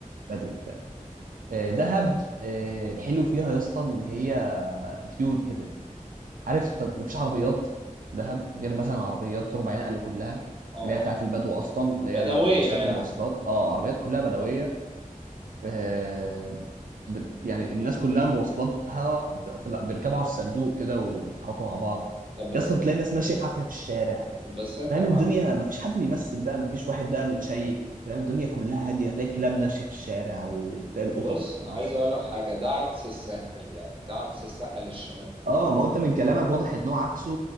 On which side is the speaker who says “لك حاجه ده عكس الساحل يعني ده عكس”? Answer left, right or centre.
Right